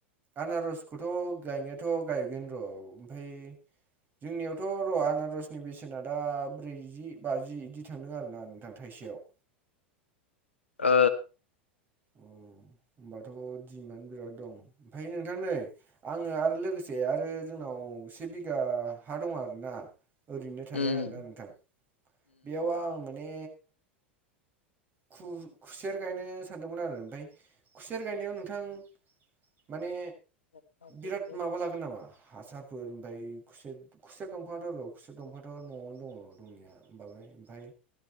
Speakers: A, on the right; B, on the left.
A: आनारसखौथ' गायनायाथ' गायगोन र' ओमफाय जोंनियावथ' र' आनारसनि बेसेना दा ब्रैजि बाजि बिदि थांदों आरोना नोंथां थाइसे सेयाव
B: ओ
A: उम होमबाथ' दिमान्ड बिराद दं ओमफ्राय नोंथां नै आङो आरो लोगोसे आरो जोंनाव औ से बिघा हा दं आरो ना ओरैनो थानाय
B: उम
A: आरोना नोंथां बेयाव आं माने खु-खुसेर गायनो सानदोंमोन आरो ओमफाय खुसेर गायनायाव नोंथां माने
B: उम
A: बिराद माबा लागोन नामा हासारफोर ओमफाय खुसेर खुसेर दंफाङाथ' र' खुसिया दंफाथ' न'आवनो दङ दंनाया बाङाय ओमफाय